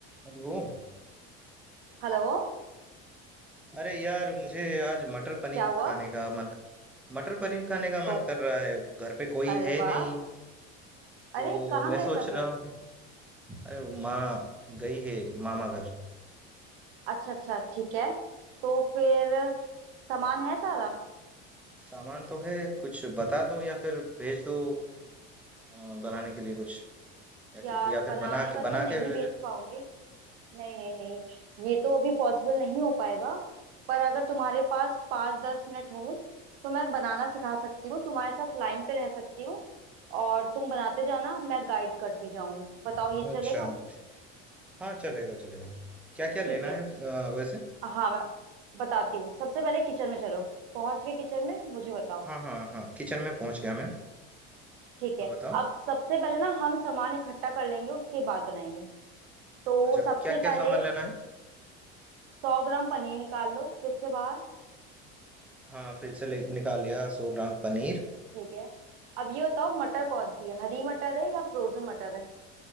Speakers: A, in the centre; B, on the right.
A: हेलो
B: Hello
A: अरे यार मुझे आज मटर पनीर
B: क्या हुआ
A: खाने का मन मटर पनीर खाने का
B: तो
A: मन कर रहा है घर पे कोई
B: अरे
A: है
B: वाह
A: नहीं तो
B: अरे कहाँ
A: मैं
B: गए
A: सोच
B: सब
A: रहा
B: लोग
A: हूँ कि अरे वो माँ गई है मामा घर
B: अच्छा अच्छा ठीक है तो फिर सामान है सारा
A: सामान तो है कुछ बता दो या फिर भेज दो अ, बनाने के लिए कुछ या, कि,
B: यार
A: या
B: बनाने
A: फिर बना
B: का
A: के बना
B: तो नहीं
A: के भेज
B: बेच पाऊंगी नहीं नहीं नहीं ये तो अभी पॉसिबल नहीं हो पाएगा पर अगर तुम्हारे पास पाँच दस मिनट हो तो मैं बनाना सिखा सकती हूँ तुम्हारे साथ लाइन पे रह सकती हूँ और तुम बनाते जाना मैं गाइड करती जाऊंगी बताओ
A: दो।
B: ये
A: अच्छा
B: चलेगा
A: ठीक है हाँ चलेगा चलेगा क्या क्या लेना
B: ठीक है
A: है अ, वैसे
B: हाँ मैं बताती हूँ सबसे पहले किचन में चलो पहुंच के किचन में मुझे बताओ
A: हाँ हाँ हाँ किचन में पहुंच गया मैं
B: ठीक है
A: अब बताओ
B: अब सबसे पहले ना हम सामान इकट्ठा कर लेंगे उसके बाद बनाएंगे तो
A: अच्छा
B: सबसे
A: क्या क्या
B: पहले
A: सामान लेना है
B: सौ ग्राम पनीर निकाल लो फ्रिज से बाहर
A: हाँ फ्रिज से ले, निकाल लिया सौ ग्राम पनीर
B: ठीक है अब ये बताओ मटर कौन सी है हरी मटर है या फ्रोजन मटर है